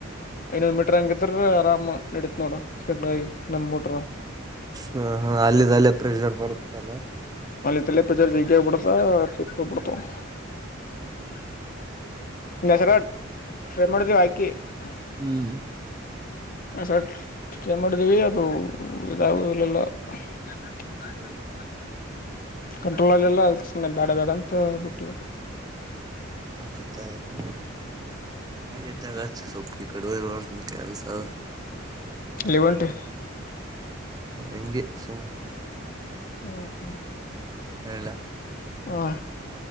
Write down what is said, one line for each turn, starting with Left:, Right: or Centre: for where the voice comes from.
Left: ಐನೊದ್ ಮೀಟರ್ ಹಂಗಿದ್ರ ಆರಾಮ್ ನಡೀತ್ ನೋಡುಾಗಿ ನಮ್ ಮೋಟರ್ <inaudible>
Right: ಹಾ ಹಾ ಅಲ್ಲಿಿದ್ದ ಅಲ್ಲೇ ಪ್ರೆಷರ್ ಬರುತ್ತಲ್ಲ <inaudible>
Left: ಪ ಪ್ರಜಾರ ಜೈಗ ಪಡ್ತಾೇಕ ಪಡ್ತ <unintelligible> <inaudible> ನಸರ ಟ್ರೈ ಮಾಡಿದೇವಿ ಹಾಕಿ <unintelligible>
Right: ಹ್ಮ್
Left: ಸರ್ ಚೆನ್ನಾ <unintelligible> ಮಾಡಿದೀವಿ ಅದು ಇದಾಗ ಇಲ್ಲೆಲ್ಲ ಹ <inaudible>
Right: ಹ್ಮ್
Left: ಕಂಟ್ರೋಲ್ಲ್ಲ ಎಲ್ಲ ಅದಕ್ಕೆ ಸುಮ್ಮನೆ ಬೇಡ ಬೇಡ ಅಂತ ಬಿಟ್ಟ
Right: ಆತಾಯತು ಕಲ್ಲಿದ್ದಾಗ ಸೊಪ್ಪಿ ಕಡುವ ಬತ ಕೆಲ್ಸ <inaudible>
Left: ಅಲ್ಲಿ ಹೊಂಟಿ
Right: ಹೆಂಗೆ ಸುಮ್
Left: ಹ್ಮ ಹ್ಮ್
Right: ಹೇಳ
Left: ಹಾ